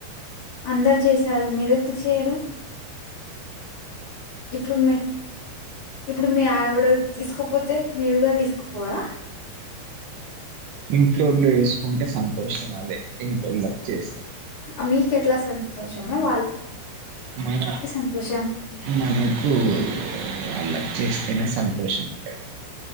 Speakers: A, on the left; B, on the right.
A: అందరు చేస సారు మీరు ఎందుకు చేయరు ఇప్పుడుమే ఇప్పుడు మీ ఆవిడ తీసుకోపోతే మీవిడ తీసుకుపోవరాా
B: ఇంట్లోళ్ళు వేసుకుంటే సంతోషం అదే ఇట్ళ్ళ వచ్చ చేస్త
A: అ మీ కేట్లా సంతోష అ
B: మన
A: సంతోషం.
B: మనకు అల చేస్తేనే సంతోషముంటారు